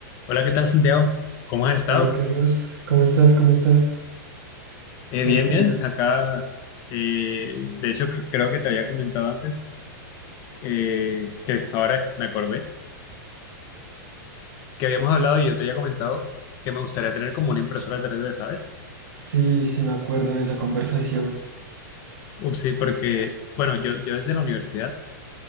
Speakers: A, on the left; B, on the right.
A: Hola, ¿qué tal, Santiago? ¿Cómo has estado?
B: Bien, Carlos, ¿cómo estás? ¿Cómo estás?
A: Eh,
B: ¿Qué
A: bien,
B: me cuentas?
A: bien. Acá, eh, de hecho, cre- creo que te había comentado antes, eh, que ahora me acordé, que habíamos hablado y yo te había comentado que me gustaría tener como una impresora tres d ¿sabes?
B: Sí, sí, me acuerdo de esa conversación.
A: Uf, sí, porque, bueno, yo, yo desde la universidad